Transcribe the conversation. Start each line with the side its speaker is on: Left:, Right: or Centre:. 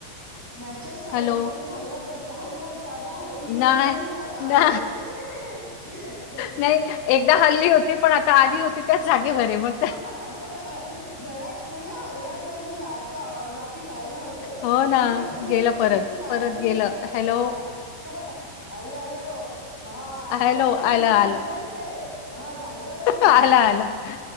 Centre: मॅचेस चालू
Left: हॅलो.
Centre: असत तुम्ही हल्लात वाटत. हल्लात जागा हल्ली
Left: नाही,
Centre: हल्ली जागा. <unintelligible>
Left: ना नाही एकदा हल्ली होती. पण आता आधी होती त्याच जागेवर. मग त्या
Centre: जरा तुम्ही हल्ल्यात जागी जातो आवाज. बाकी काय ना होतंय.
Left: हो ना,
Centre: मी बसलीये.
Left: गेलं
Centre: खुर्चीत
Left: परत.
Centre: आहे
Left: परत
Centre: तिथेच
Left: गेलं.
Centre: जागेवर.
Left: Hello,
Centre: hello हॅलो. हा
Left: हॅलो.
Centre: आवाज येतो
Left: आलं,
Centre: का? मी
Left: आलं.
Centre: जागेवरचे. हा जागेवर मी.
Left: आला, आला,